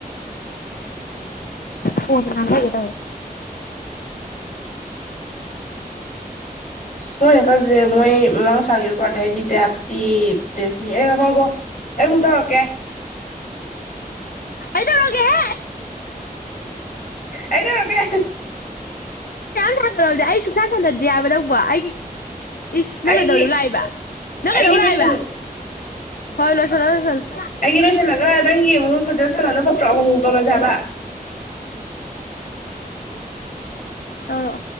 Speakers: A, on the left; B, on the left.
A: ꯐꯣꯟ ꯀꯦꯇꯕꯦ
B: ꯃꯣꯏ ꯑꯦꯀꯥꯦ ꯃꯣꯏ ꯃ ꯊꯒ ꯄꯔ ꯊꯦꯗꯤ ꯗꯌꯥ ꯄꯥ ꯗꯅꯤ ꯑꯦ ꯅꯈ ꯀꯣ ꯑꯩ ꯑꯃꯨꯛ ꯇꯧꯔꯛꯀꯦ
A: ꯀꯩꯗꯧꯔꯒꯦꯍꯦ
B: ꯑꯩ ꯇꯧꯔꯛꯀꯦ
A: ꯁꯥꯟꯅꯔꯕꯗꯤꯦ ꯑꯩ ꯁꯨꯡꯁꯥ ꯁꯥꯟꯅꯗꯦ ꯍꯥꯏꯕ ꯇꯧꯕ ꯑꯩꯒꯤ ꯏꯁ ꯅꯪꯒꯗꯧꯔꯤ
B: ꯑꯩꯒꯤ
A: ꯂꯥꯛꯏꯕ ꯅꯪꯒꯗꯧ
B: ꯑꯩꯒꯤ
A: ꯂꯥꯛꯏꯕ
B: ꯂꯣꯏꯁꯟ
A: ꯍꯣꯏ ꯂꯣꯏ ꯆꯜ ꯂ ꯂ ꯆ
B: ꯑꯩꯒꯤ ꯏ ꯔꯣꯁꯂꯒ ꯪꯒ ꯃ ꯄꯨꯖꯠ ꯁꯅꯅ ꯄꯠꯇ꯭ꯔ ꯍꯣꯡ ꯇꯅꯖꯕ
A: ꯇꯧꯔꯛꯑꯣ